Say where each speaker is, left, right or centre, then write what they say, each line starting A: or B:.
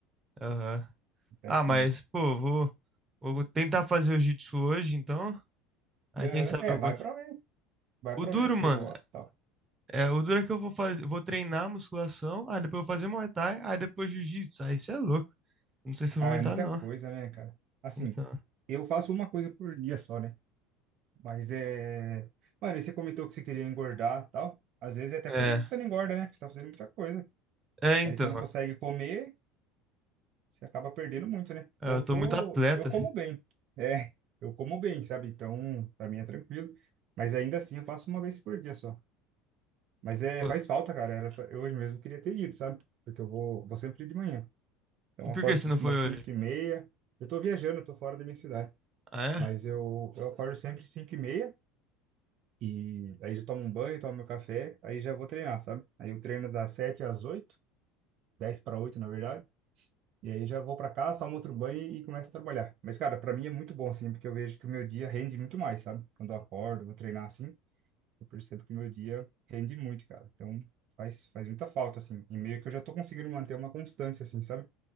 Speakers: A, on the right (about 25°); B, on the right (about 50°).
A: <laughs> Aham.
B: Acontece
A: Ah, mas,
B: muito.
A: pô, vou, vou tentar fazer o jiu-jitsu hoje, então. Aí,
B: Aham.
A: quem sabe
B: É,
A: eu
B: vai
A: gosto.
B: pra ver. Vai
A: O
B: pra
A: duro,
B: ver se
A: mano,
B: você gosta e tal.
A: é, o duro é que eu vou fazer, vou treinar musculação, aí depois eu vou fazer Muay Thai, aí depois jiu-jitsu. Aí, isso é louco. Não sei se eu
B: Ah,
A: vou aguentar,
B: é muita
A: não.
B: coisa, né, cara? Assim,
A: Então,
B: eu faço uma coisa por dia só, né? Mas é. Mano, e você comentou que você queria engordar e tal. Às vezes é até
A: é.
B: por isso que você não engorda, né? Porque você tá fazendo muita coisa.
A: É, então.
B: Aí você não consegue comer você acaba perdendo muito, né?
A: é,
B: Então,
A: Eu
B: eu
A: tô
B: tô,
A: muito atleta,
B: eu
A: assim.
B: como bem. É, eu como bem, sabe? Então, pra mim é tranquilo. Mas ainda assim, eu faço uma vez por dia só. Mas é,
A: Pô,
B: faz falta, cara. Era pra- eu hoje mesmo queria ter ido, sabe? Porque eu vou, vou sempre de manhã. Então,
A: e
B: eu
A: por
B: acordo
A: que você
B: tipo
A: não foi
B: umas
A: hoje?
B: 5 e meia. Eu tô viajando, eu tô fora da minha cidade.
A: Ah,
B: Mas
A: é?
B: eu, eu acordo sempre 5 e meia. E aí já tomo um banho, tomo meu café. Aí já vou treinar, sabe? Aí eu treino das 7 às 8, 10 para 8, na verdade. E aí já vou pra cá, só outro banho e começo a trabalhar. Mas, cara, pra mim é muito bom, assim, porque eu vejo que o meu dia rende muito mais, sabe? Quando eu acordo, vou treinar assim, eu percebo que o meu dia rende muito, cara. Então, faz, faz muita falta, assim. E meio que eu já tô conseguindo manter uma constância, assim, sabe?